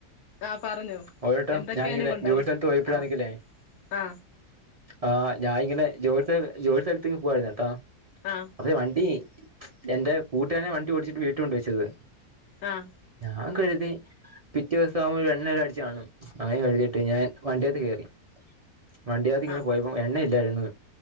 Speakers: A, on the left; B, on the right.
A: ആഹ് പറഞ്ഞോ
B: ഓരോട്ടം
A: എന്തൊക്കെ
B: ഞാൻ ഇങ്ങനെ
A: അനുഭവം ഉണ്ടായി
B: ജോലി സ്ഥലത്ത് പോയപ്പോഴാ
A: ആ
B: ആണ് എങ്കിലേ
A: ആ
B: ആഹ് ഞാനിങ്ങനെ ജോലി ജോലി സ്ഥലത്തേക്ക് പോയിരുന്നുട്ടോ
A: ആഹ്
B: തെ വണ്ടി എന്റെ കൂട്ടുക്കാരൻ വണ്ടി ഓടിച്ചിട്ട് വീട്ടു കൊണ്ട് വെച്ചത്
A: ആഹ്
B: ഞാൻ കരുതി പിറ്റേ ദിവസം ആവുമ്പോൾ എണ്ണ അടി ചാണ് അത് കഴിഞ്ഞിട്ട് ഞാൻ വണ്ടി ആയിട്ടു കയറി വണ്ടിയത് ങ്ങനെ
A: ആഹ്
B: പോയപ്പോ പോം എണ്ണയില്ലായിരുന്നു